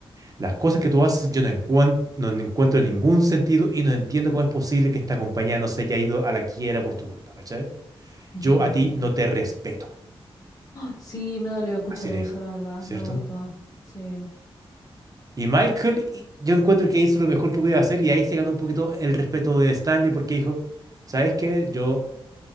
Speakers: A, on the right (about 35°); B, on the left (about 35°).
A: Las cosas que tú haces yo no, encuent- no encuentro ningún sentido y no entiendo cómo es posible que esta compañía no se haya ido a la quiebra por tu culpa, ¿cachai?
B: <laughs>
A: Yo a ti no te respeto.
B: Sí, me dolió escuchar
A: Así
B: eso,
A: le dijo,
B: la verdad,
A: ¿cierto?
B: no me gustó. Sí.
A: Y Michael, y- yo encuentro que hizo lo mejor que podía hacer y ahí se ganó un poquito el respeto de Stanley porque dijo, ¿sabes qué? Yo,